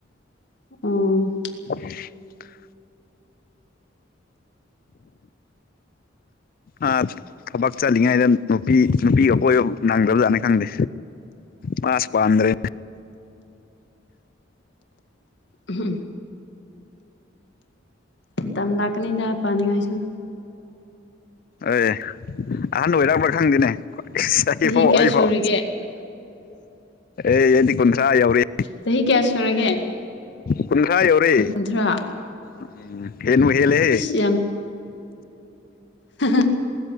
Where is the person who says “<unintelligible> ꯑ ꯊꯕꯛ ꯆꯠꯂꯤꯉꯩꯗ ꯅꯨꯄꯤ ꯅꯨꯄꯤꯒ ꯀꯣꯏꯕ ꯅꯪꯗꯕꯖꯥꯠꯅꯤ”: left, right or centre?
Left